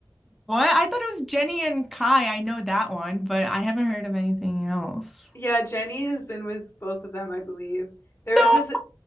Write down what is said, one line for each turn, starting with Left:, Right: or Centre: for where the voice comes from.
Centre: What? I thought it was Jenny and Kai. I know that one, but I haven't heard of anything else.
Left: Yeah, Jenny has been with both of them, I believe. There
Centre: No.
Left: was this,